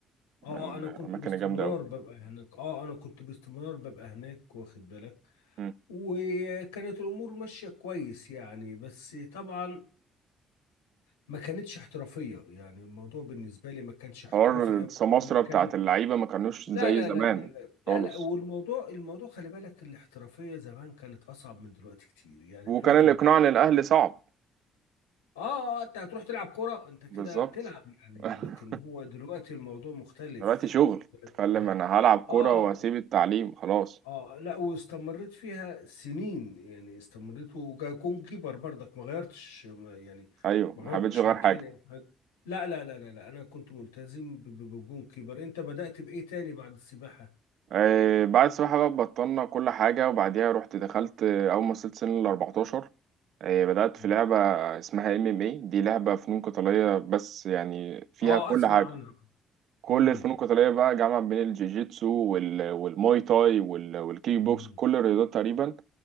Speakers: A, on the left (about 85°); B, on the right (about 65°).
A: اه
B: من
A: انا
B: الأماكن
A: كنت باستمرار
B: الجامدة قوي
A: ببقى هناك اه انا كنت باستمرار ببقى هناك واخد بالك
B: مم.
A: وكانت الامور ماشيه كويس يعني بس طبعا ما كانتش احترافيه يعني الموضوع بالنسبه لي ما كانش احترافي
B: حوار
A: قوي
B: السماسرة
A: وكان
B: بتاعت اللعيبة ما كانوش
A: لا
B: زي
A: لا
B: زمان
A: لا لا لا
B: خالص
A: لا لا والموضوع الموضوع خلي بالك الاحترافيه زمان كانت اصعب من دلوقتي كتير يعني
B: وكان
A: دلوقتي
B: الإقناع
A: بتلاقي
B: للأهل صعب
A: اه آه، انت هتروح تلعب كرة انت كده
B: بالظبط
A: بتلعب يعني
B: <laughs>
A: لكن هو دلوقتي الموضوع مختلف
B: دلوقتي شغل
A: واخد بالك
B: تتكلم
A: ازاي
B: أنا هلعب كورة
A: اه
B: وأسيب
A: آه،
B: التعليم خلاص
A: آه. اه لا واستمريت فيها سنين يعني استمريت وكون كيبر برضك ما غيرتش ما يعني
B: أيوه
A: ما
B: ما
A: غيرتش
B: حبيتش أغير
A: مكاني
B: حاجة
A: او حاجه لا لا لا لا لا انا كنت ملتزم ب- ب- بالجون كيبر انت بدأت بايه تاني بعد السباحه
B: آه بعد السباحة بقى بطلنا كل حاجة وبعديها رحت دخلت آه، أول ما وصلت سن ال 14 آه بدأت
A: مم.
B: في لعبة اسمها ام ام اي دي لعبة فنون قتالية بس يعني فيها
A: اه
B: كل
A: اسمع
B: حاجة
A: عنها
B: كل
A: امم
B: الفنون القتالية بقى جامعة بين الجيجيتسو وال... والماي تاي وال... والكيك
A: امم
B: بوكس كل الرياضات تقريبا